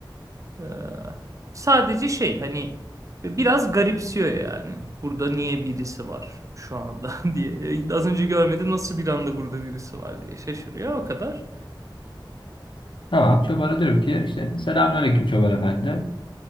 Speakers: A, on the right (about 40°); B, on the left (about 70°).
A: Ee, sadece şey hani e, biraz garipsiyor yani. Burada niye birisi var şu anda <laughs> diye. E, Az önce görmedi nasıl bir anda burada birisi var diye şaşırıyor o kadar.
B: Tamam çobana diyorum ki işte selamünaleyküm çoban efendi.